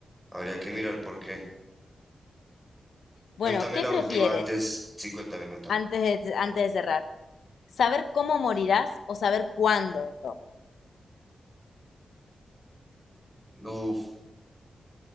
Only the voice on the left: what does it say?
Bueno, ¿qué
prefieres
antes de, antes de cerrar? ¿Saber cómo morirás o saber cuándo?